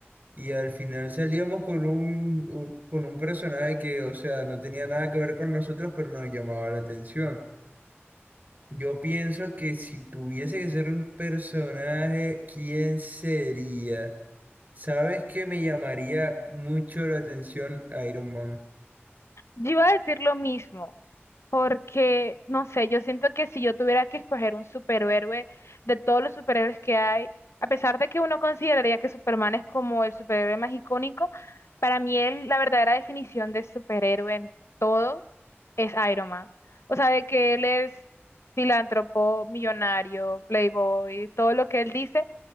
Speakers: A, on the right; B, on the left.
A: y al final salíamos con un, un- con un personaje que, o sea, no tenía nada que ver con nosotros, pero nos llamaba la atención. Yo pienso que si tuviese que ser un personaje, ¿quién sería? ¿Sabes que me llamaría mucho la atención Iron Man?
B: Yo iba a decir lo mismo, porque, no sé, yo siento que si yo tuviera que escoger un superhéroe de todos los superhéroes que hay, a pesar de que uno consideraría que Superman es como el superhéroe más icónico, para mí él, la verdadera definición de superhéroe en todo es Iron Man. O sea, de que él es filántropo, millonario, playboy, todo lo que él dice,